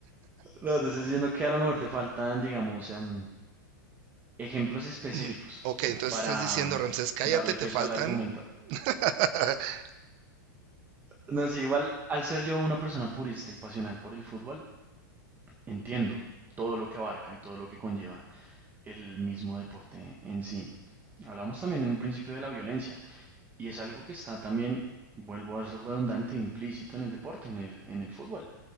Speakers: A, on the right (about 15°); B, on the right (about 45°).
A: No, te estoy diciendo que a lo mejor te faltan, digamos, em, ejemplos específicos
B: Mm, Ok, entonces
A: para
B: estás diciendo,
A: em,
B: Ramsés, cállate,
A: darle
B: te
A: peso
B: faltan.
A: al argumento.
B: <laughs>
A: No, sí, igual al ser yo una persona purista y pasional por el fútbol, entiendo todo lo que abarca y todo lo que conlleva el mismo deporte en sí. Hablamos también en un principio de la violencia y es algo que está también, vuelvo a ser redundante, implícito en el deporte, en el, en el fútbol.